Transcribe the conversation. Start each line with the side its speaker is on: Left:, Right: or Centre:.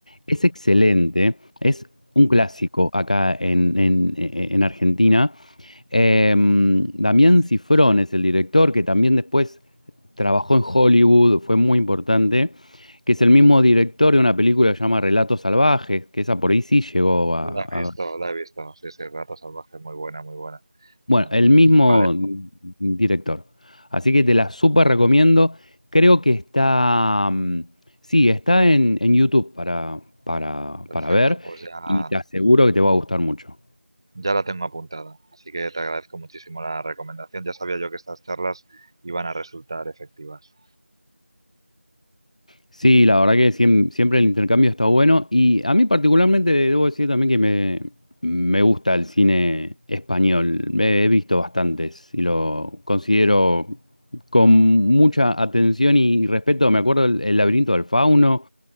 Left: Es excelente, es un clásico acá en en- en en Argentina. Em, Damián Cifrón es el director, que también después trabajó en Hollywood, fue muy importante, que es el mismo director de una película que se llama Relatos Salvajes, que esa por ahí sí llegó a,
Right: La he visto,
Left: a-
Right: la he visto. Sí, sí, Rato Salvaje, muy buena, muy buena.
Left: Bueno,
Right: Me encantó.
Left: el mismo
Right: Vale,
Left: director. Así que te la súper recomiendo. Creo que está... mm, Sí, está en, en YouTube para, para,
Right: perfecto.
Left: para ver
Right: Pues ya,
Left: y te aseguro que te va a gustar mucho.
Right: ya la tengo apuntada. Así que te agradezco muchísimo la recomendación. Ya sabía yo que estas charlas iban a resultar efectivas.
Left: Sí, la verdad que siem- siempre el intercambio está bueno y a mí particularmente debo decir también que me, me gusta el cine español. He, he visto bastantes y lo considero con mucha atención y y respeto. Me acuerdo el, El laberinto del fauno.